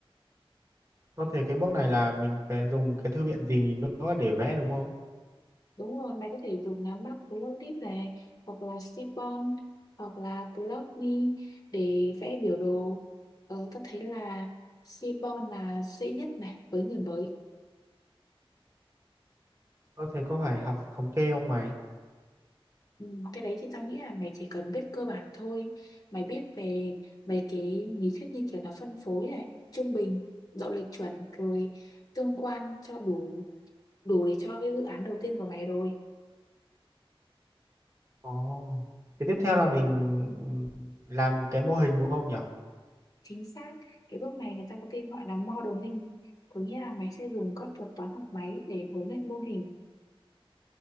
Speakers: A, on the right; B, on the left.
A: Có thể cái bước này là mình phải dùng cái thư viện gì nữa để vẽ đúng không?
B: Đúng rồi, mày có thể dùng lá mắt Blockdip này hoặc là Seaborn hoặc là plotly để vẽ biểu đồ. Ờ, tao thấy là Seaborn là dễ nhất này với người mới.
A: Có thể có phải học thống kê không mày?
B: Ừ, cái đấy thì tao nghĩ là mày chỉ cần biết cơ bản thôi. Mày biết về mấy cái lý thuyết như kiểu là phân phối này, trung bình, độ lệch chuẩn rồi tương quan cho đủ đủ để cho cái dự án đầu tiên của mày rồi.
A: Ồ. thì tiếp theo là mình làm cái mô hình đúng không nhỉ?
B: chính xác cái bước này người ta có tên gọi là modeling có nghĩa là mày sẽ dùng các thuật toán học máy để huấn luyện mô hình